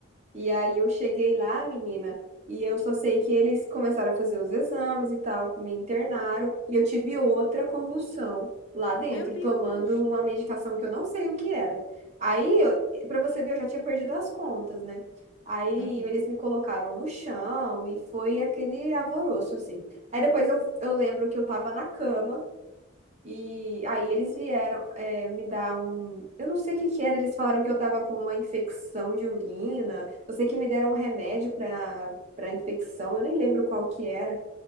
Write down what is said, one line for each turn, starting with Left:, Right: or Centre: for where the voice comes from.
Right: E aí eu cheguei lá, menina, e eu só sei que eles começaram a fazer os exames e tal, me internaram, e eu tive outra convulsão lá dentro,
Left: Meu Deus!
Right: tomando uma medicação que eu não sei o que era. Aí, eu- pra você ver, eu já tinha perdido as contas, né? Aí
Left: Uhum.
Right: eles me colocaram no chão e foi aquele alvoroço, assim. Aí depois eu, eu lembro que eu tava na cama. E aí eles vieram é, me dar um. Eu não sei o que que era, eles falaram que eu tava com uma infecção de urina. Eu sei que me deram um remédio para para infecção, eu nem lembro qual que era.